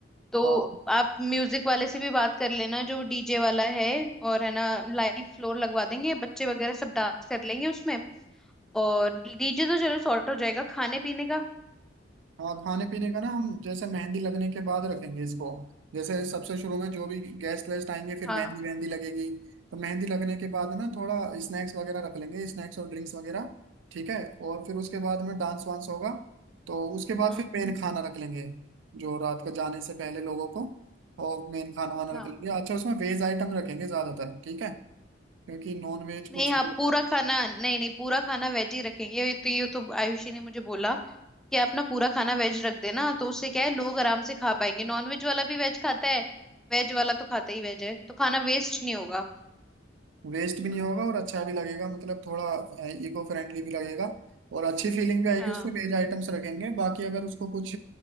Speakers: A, in the centre; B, on the right.
A: तो
B: हाँ
A: आप म्यूजिक वाले से भी बात कर लेना जो डीजे वाला है और है ना लाइव फ्लोर लगवा देंगे बच्चे वगैरह सब डांस कर लेंगे उसमें और डीजे तो चलो सॉर्ट हो जाएगा खाने पीने का
B: हाँ खाने पीने का ना हम जैसे मेहंदी लगने के बाद रखेंगे इसको जैसे सबसे शुरू में जो भी गेस्ट वेस्ट आएंगे फिर
A: हाँ
B: मेहंदी वेहंदी लगेगी तो मेहंदी लगने के बाद ना थोड़ा स्नैक्स वगैरह रख लेंगे स्नैक्स और ड्रिंक्स वगैरह ठीक है और फिर उसके बाद में डांस वांस होगा तो उसके बाद
A: हम्म
B: फिर मेन खाना रख लेंगे जो रात को जाने से पहले लोगों को और मेन खाना वाना
A: हाँ
B: रख लेंगे अच्छा उसमें वेज आइटम रखेंगे ज़्यादातर ठीक है क्योंकि नॉन वेज
A: नहीं
B: कुछ
A: हाँ पूरा खाना नहीं नहीं पूरा खाना वेज ही रखेंगे ये तो ये तो आयुषी ने मुझे बोला कि आप ना पूरा खाना वेज रख देना तो उससे क्या है लोग आराम से खा पाएंगे नॉन वेज वाला भी वेज खाता है वेज वाला तो खाता ही वेज है तो खाना वेस्ट नहीं होगा
B: वेस्ट भी नहीं होगा और अच्छा भी लगेगा मतलब थोड़ा इको फ्रेंडली भी लगेगा और अच्छी फीलिंग भी आएगी
A: हाँ
B: उसमें वेज आइटम्स रखेंगे बाकी अगर उसको कुछ